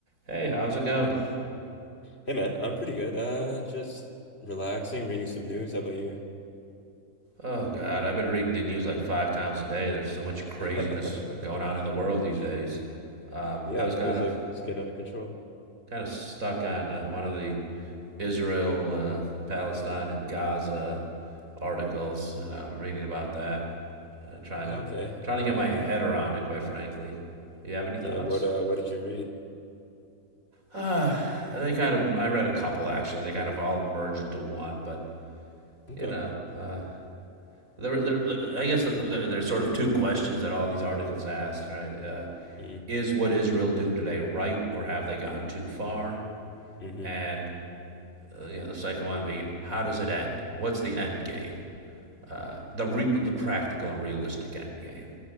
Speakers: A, on the right (about 75°); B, on the left (about 50°).
A: Hey, how's it going?
B: Hey man, I'm pretty good. Uh, just relaxing, reading some news. How about you?
A: Oh, God, I've been reading the news like five times a day. There's so much craziness
B: <laughs>
A: going on in the world these days. Um,
B: Yeah,
A: I
B: it
A: was kind
B: feels
A: of
B: like it's getting out of control.
A: kind of stuck on uh, one of the Israel, uh, Palestine, and Gaza articles, You know, reading about that, uh, trying
B: Okay.
A: to trying
B: Uh,
A: to get my head around it. Quite frankly, you have any thoughts?
B: yeah. What uh, what did you read?
A: Uh, they kind of. I read a couple actually. They kind of all merge into one, but
B: Okay.
A: you know, uh, There, there, I guess the, there, there's sort of two questions that all these articles ask, right? Uh,
B: Mm,
A: is what Israel doing today right, or have they gone too far?
B: hmm
A: And uh, you know, the second one being, how does it end? What's the end game? Uh, the re- the practical and realistic end game.